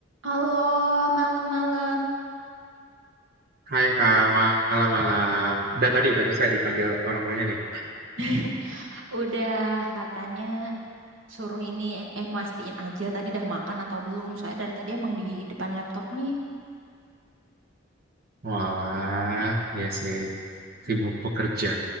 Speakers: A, on the right; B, on the right.
A: Halo, malam-malam.
B: Hai Kak, malam-malam. Udah tadi udah selesai dipanggil orang tuanya nih.
A: <laughs> Udah katanya suruh ini eh mastiin aja tadi dah makan atau belum. Soalnya dari tadi emang di depan laptop nih.
B: Walah, ya sih. Sibuk bekerja